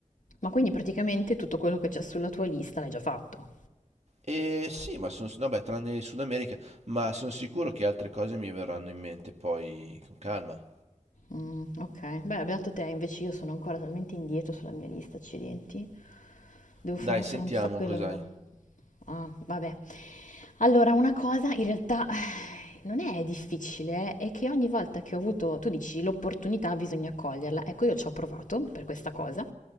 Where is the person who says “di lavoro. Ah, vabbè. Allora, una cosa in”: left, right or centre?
Left